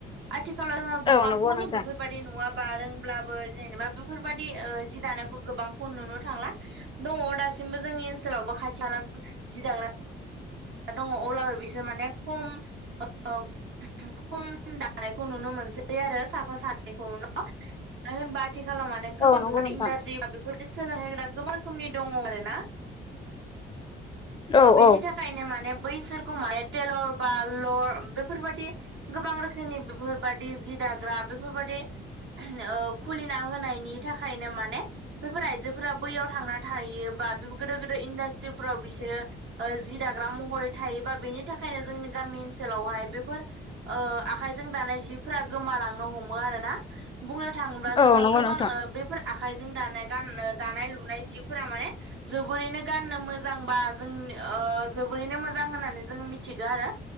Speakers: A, on the right; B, on the left.
A: आथिखालाव जोङो गोबांखौनो
B: औ नंगौ नोंथां
A: बेफोर बायदि नङाबा रोंब्लाबो जेनेबा बेफोरबायदि जि दानायखौ गोबांखौ नुनो थांला दङ दासिमबो जोंनि ओनसोलावबो खाथि खाला जि दाग्रा दङ अब्लाबो बिसोर माने खम खम दानायखौ नुनो मोनसै आरो साफा सानैखौल' मानो होनबा आथिखालाव माने गोबां
B: औ नंगौ
A: बेफोरबायदि
B: नोंथां
A: इन्डास्ट्रि बा बेफोरबायदि सोलोंहोग्रा गोबां रोखोमनि दङ आरो ना
B: औ
A: ओ बेनि
B: औ
A: थाखायनो माने बैसोरखौ माने टेलर बा लर बेफोरबायदि गोबां रोखोमनि बेफोरबादि जि दाग्रा बेफोरबायदि ओ खुलिना होनायनि थाखायनो माने बेफोर आइजोफोरा बैयाव थांना थाहैयो बा गोदो गोदो इन्डास्ट्रिफोराव बिसोरो ओ जि दाग्रा महरै थायोबा बेनि थाखायनो जोंनि गामि ओनसोलावहाय बेफोर ओ आखाइजों दानाय जिफोरा गोमालांनो हमो आरो ना बुंनो थाङोब्ला जोङो
B: औ नंगौ
A: गोबां
B: नोंथां
A: बे फोर आखाइजों दानाय गान दानाय लुनाय जिफोरा माने जोबोरैनो गाननो मोन जां बा जों ओ जोबोरैनो मोजां होननानै जोङो मिथिगौ आरो